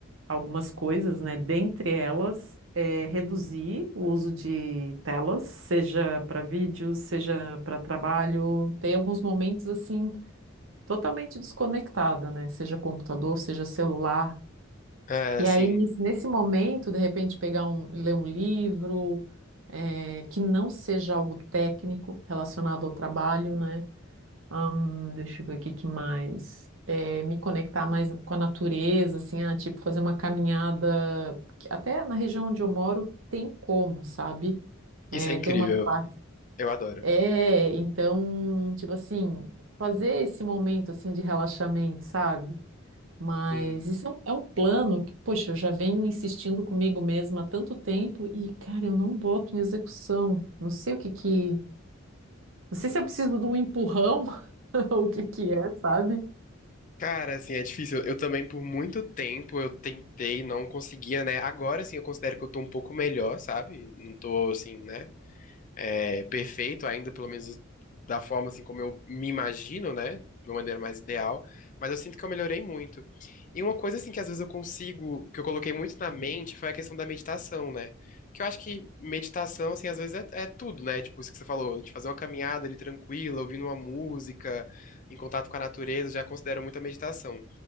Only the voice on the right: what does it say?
algumas coisas, né? Dentre elas, é reduzir o uso de telas, seja para vídeos, seja para trabalho. Tem alguns momentos assim totalmente desconectada, né? Seja computador, seja celular.
E
aí, nesse nesse momento, de repente, pegar um, ler um livro, eh, que não seja algo técnico relacionado ao trabalho, né? Ahn, deixa eu ver o que que mais. Eh, me conectar mais com a natureza, assim, ah, tipo, fazer uma caminhada, que até na região onde eu moro tem como, sabe? Eh,
tem umas partes.
É, então, tipo assim, fazer esse momento, assim, de relaxamento, sabe? Mas
isso é um é um plano que, poxa, eu já venho insistindo comigo mesma há tanto tempo e, cara, eu não boto em execução. Não sei o que que. Não sei se eu preciso de um empurrão <laughs> ou o que que é, sabe?